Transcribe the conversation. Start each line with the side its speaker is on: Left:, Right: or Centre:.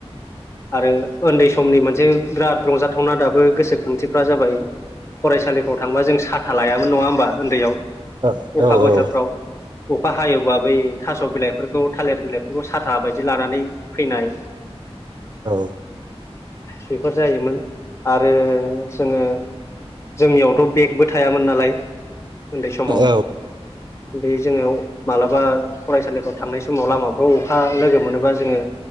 Left: आरो उन्दै समनि मोनसे बिराद रंजाथावना दाबो गोसोखांथिफ्रा जाबाय फरायसालिफ्राव थांबा जों साथा लायामोन नङा होमबा उन्दैयाव?
Right: औ
Left: अखा
Right: औ।
Left: बोथोरफ्राव अखा हायोबा बै थास' बिलाइफोरखौ थालिर बिलाइफोरखौ साथा बायदि लानानै फैनाय। <inaudible>
Right: औ।
Left: बेफोर जायोमोन आरो जोङो जोंनियावथ' बेगबो थायामोन नालाय उन्दै समाव।
Right: औ औ
Left: बे जोङो अ मालाबा फरायसालिफ्राव थांनाय समाव लामाफ्राव अखा लोगो मोनोबा जोङो